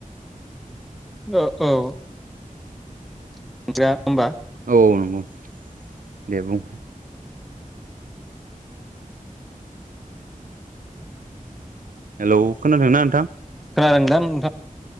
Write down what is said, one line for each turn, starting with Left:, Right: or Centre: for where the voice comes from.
Centre: ओ औ <unintelligible> होमबा
Right: औ नंगौ दे बुं हेलौ खोनादोंना नोंथां?
Centre: खोनादों दा नोंथा?